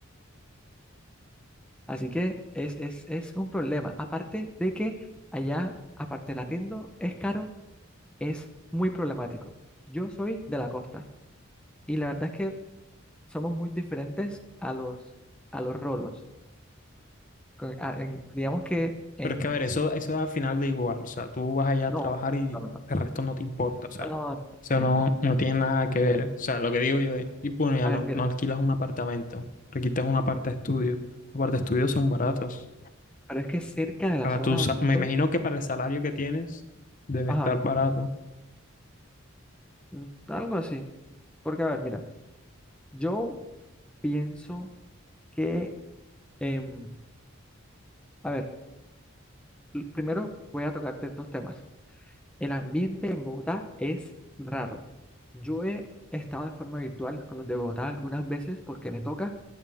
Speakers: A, in the centre; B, on the left (about 40°).
A: Así que es, es, es un problema. Aparte de que allá, aparte del arriendo, es caro, es muy problemático. Yo soy de la costa y la verdad es que somos muy diferentes a los, a los rolos. Con- a- en- digamos que en...
B: Pero es que, a ver, eso, eso al final da igual. O sea, tú vas allá
A: No,
B: a trabajar y
A: no, no, no,
B: el resto no te importa. O sea,
A: no,
B: eso
A: no,
B: no,
A: no. no.
B: no tiene nada que ver. O sea, lo que digo yo es, y bueno, ya
A: A
B: no,
A: ver, mira.
B: no alquilas un apartamento, alquilas una parte de estudio. Los parte de estudio son baratos.
A: Pero es que cerca de la
B: Para
A: zona
B: tu,
A: donde
B: sa- me
A: estoy,
B: imagino que para el salario que tienes debe
A: ajá,
B: estar barato.
A: mm, algo así. Porque, a ver, mira, yo pienso que, em, a ver, l- primero voy a tocarte dos temas. El ambiente en Bogotá es raro. Yo he estado de forma virtual con los de Bogotá algunas veces porque me toca